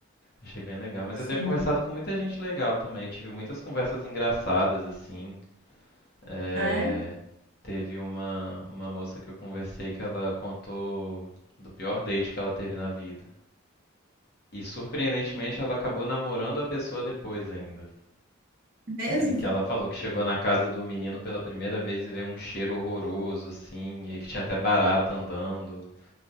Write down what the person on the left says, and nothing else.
Achei bem legal. Mas
eu tenho conversado com muita gente legal também. Tive muitas conversas engraçadas, assim. É,
Teve uma, uma moça que eu conversei que ela contou do pior date que ela teve na vida. E surpreendentemente ela acabou namorando a pessoa depois ainda.
E que ela falou que chegou na casa do menino pela primeira vez e veio um cheiro horroroso, assim, e que tinha até barata andando.